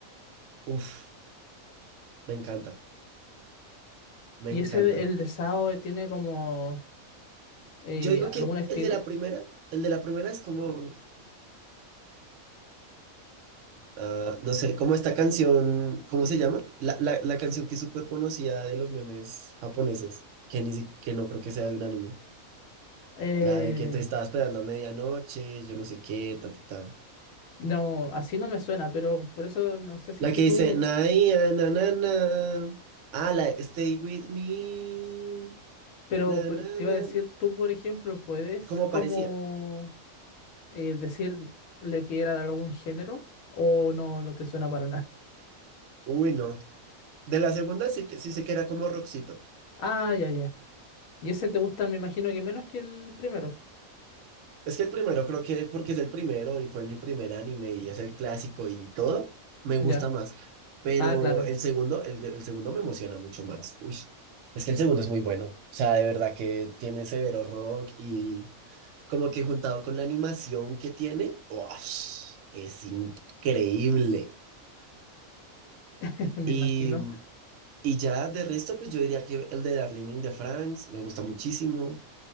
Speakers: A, on the right; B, on the left.
A: Uf, me encanta, me
B: ¿Y
A: encanta.
B: ese, de- el de Sao, eh, tiene como eh,
A: Yo digo
B: algún
A: que
B: estilo?
A: el de la primera, el de la primera es como... Ah, no sé, como esta canción, ¿cómo se llama? La, la, la canción que es súper conocida de los memes japoneses, que, ni, si- que no creo que sea de un anime.
B: Eh,
A: La de que te estaba esperando a medianoche, yo no sé qué, ta, ta, ta.
B: no, así no me suena, pero por eso no sé si
A: La
B: es que
A: que
B: tú,
A: dice, na, ia, na, na, na. Ah, la de Stay With Me,
B: pero
A: na,
B: por-
A: na,
B: te
A: na.
B: iba a decir, tú, por ejemplo, puedes
A: Como
B: como
A: parecía.
B: eh, decir le que era de algún género o no, no te suena para nada. <laughs>
A: Uy, no. De la segunda sí, que- sí sé que era como rockcito.
B: Ah, ya, ya. Y ese te gusta, me imagino que menos que el primero.
A: Es que el primero creo que porque es el primero y fue mi primer anime y es el clásico y todo, me
B: Ya.
A: gusta más. Pero
B: Ah, claro,
A: el segundo, el, el segundo me emociona mucho más. Uy, es que el segundo es muy bueno. O sea, de verdad que tiene severo rock y como que juntado con la animación que tiene, ¡uash! es increíble.
B: <laughs> me
A: Y,
B: imagino.
A: y ya de resto, pues yo diría que el de Darling in the France me gusta muchísimo.